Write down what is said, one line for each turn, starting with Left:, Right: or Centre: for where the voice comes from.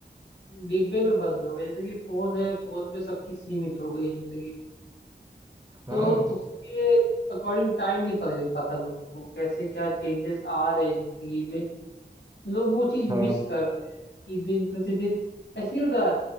Left: डिब्बे में बंद हो गई जैसे कि फोन है फोन में सबकी सीमित हो गई जिंदगी
Right: <laughs>
Left: तो
Right: हाँ
Left: उसके अकॉर्डिंग टाइम नहीं पता चल पाता लोगों को कैसे क्या चेंजेस आ रहे हैं जिंदगी में लोग वो चीज मिस
Right: हाँ
Left: कर रहे हैं कि दिन प्रतिदिन ऐसे ही होता है